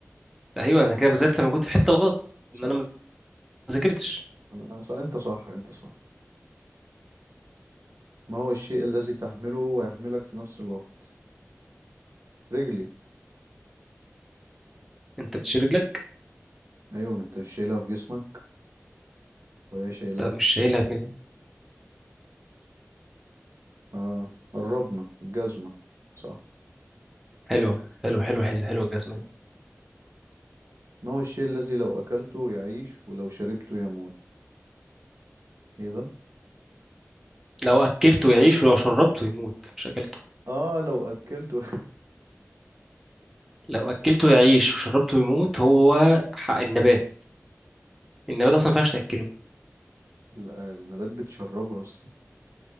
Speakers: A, in the centre; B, on the right.
A: ايوه انا كده بذلت مجهود في الحته الغلط
B: صح
A: ان انا ما ذاكرتش
B: انا أنا صح انت صح انت صح ما هو الشيء الذي تحمله ويحملك في نفس الوقت رجلي
A: انت بتشيل رجلك
B: ايوه ما انت مش شايلها في جسمك وهي شايلاك
A: طب مش شايلها فين
B: اه قربنا الجزمة صح
A: حلوه حلوه حلوه الحزه حلوه الجزمه دي.
B: ما هو الشيء الذي لو أكلته يعيش ولو شربته يموت ايه ده
A: لو اكلته يعيش ولو شربته يموت مش اكلته
B: اه لو أكلته
A: لو اكلته يعيش وشربته يموت هو حق النبات النبات اصلا ما ينفعش تاكله
B: <laughs> لا، النبات بتشربه أصلا